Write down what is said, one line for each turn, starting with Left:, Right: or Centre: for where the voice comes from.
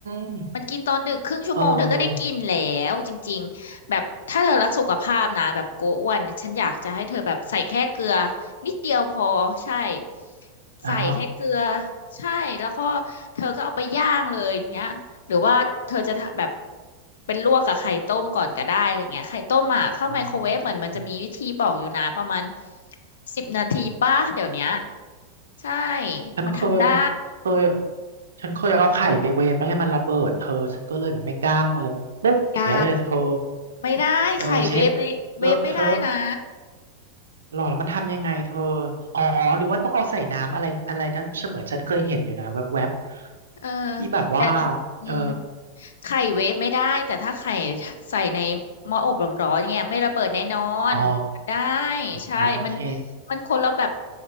Right: ม
Left: มันกินตอนดึกครึ่งชั่วโมงเธอก็ได้กินแล้วจริงๆแบบถ้าเธอรักสุขภาพนะแบบโกอ้วนฉันอยากจะให้เธอแบบใส่แค่เกลือ
Right: เออ
Left: นิดเดียวพอใช่ใส่แค่เกลือ
Right: อ๋อ
Left: ใช่แล้วก็เธอก็เอาไปย่างเลยอย่างเงี้ย หรือว่าเธอจะทำแบบเป็นลวกกับไข่ต้มก่อนก็ได้อะไรเงี้ยไข่ต้มอ่ะเข้าไมโครเวฟเหมือนมันจะมีวิธีบอกอยู่นะประมาณ
Right: อืม
Left: สิบนาทีป่ะเดี๋ยวเนี้ยใช่
Right: ฉันเคย
Left: มันทำได้
Right: เคยฉันเคยเอาไข่ไปเวฟแล้วไงมันระเบิดเธอฉันก็เลยแบบไม่กล้าอะไรมันปุ๊กอย่างเงี้ยเลยเธอ
Left: อย่าไม่ได้ไข่เวฟในเวฟไม่ได้นะ
Right: เออเช็ดเลอะเทอะหรอแล้วมันทำยังไงเธออ๋อหรือว่าต้องเอาใส่น้ำอะไรอะไรนั้นเสมือนฉันเคยเห็นอยู่นะแวบ
Left: เออ
Right: ๆที่แบบว่า
Left: แต่อืม
Right: เออ
Left: ไข่เวฟไม่ได้แต่ถ้าไข่ใส่ในหม้ออบร้อนๆเนี่ยไม่ระเบิดแน่นอนมันได้
Right: อ๋อ
Left: ใช่มัน
Right: อ่าโอเค
Left: มันคนละแบบ